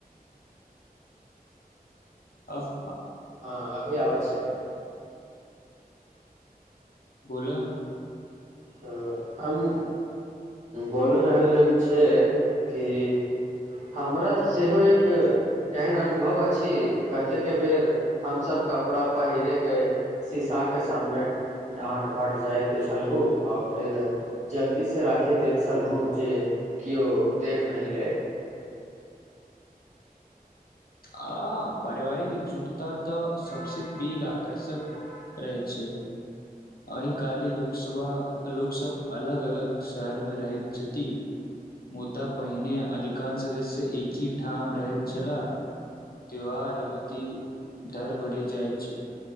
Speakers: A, on the left; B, on the right.
A: आब
B: हँ अभी आबय छै <inaudible>
A: बोल
B: तऽ हम बोलय रहल लेल छै कि हमरा सेहो एक एहन अनुभव अछि कतेक बेर हम सबब कपड़ा पहेरे के सीशाके सामने ढाँट भाँट जाइत छलहुँ आ फेर जल्दीसँ राखी दैत छलहुँ जे केओ देख नहि ले
A: आ पारिवारिक एकजुटता तऽ सबसे पैघ आकर्षक रहै छै आ काली लोकसभा लोकसभ अलग अलग शहर मे रहैत छथि मुद्दा पहिने अधिकांश सदस्य एक ह ठाम रहैत छलाह त्योहार अवति धर भरि जाइत छल